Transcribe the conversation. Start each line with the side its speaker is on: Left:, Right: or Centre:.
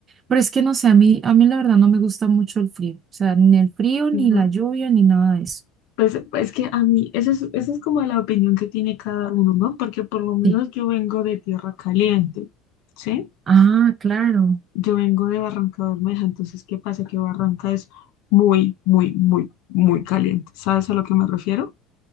Right: pero es que no sé, a mí, a mí la verdad no me gusta mucho el frío. O sea, ni el frío,
Left: no.
Right: ni la lluvia, ni nada de eso.
Left: Pues es que a mí, esa es, esa es como la opinión que tiene cada uno, ¿no? Porque por lo menos
Right: Sí.
Left: yo vengo de tierra caliente, ¿sí?
Right: Ah, claro.
Left: Yo vengo de Barranca Bermeja, entonces, ¿qué pasa? Que Barranca es muy, muy, muy, muy caliente. ¿Sabes a lo que me refiero?